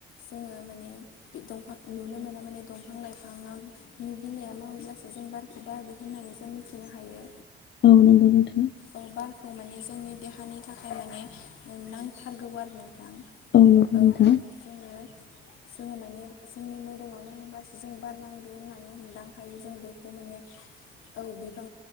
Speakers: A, on the left; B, on the left.
A: जोङो माने बि दंफां नुनो मोनो माने दंफां लाइफांआ नि बिलाइआ मावोब्लासो जों बारखौ बारदो होननानै जों मिथिनो हायो
B: औ नोंगौ नोंथां
A: औ बारखौ माने जोंनि देहानि थाखाय माने नांथारगौ आरो नोंथां
B: नंगौ
A: औ
B: नोंथां
A: माने जोङो जोङो माने जोंनि मोदोमाव नांबासो जों बारनांदो होननानै हमदां हायो जों बेखौ माने औ बिफां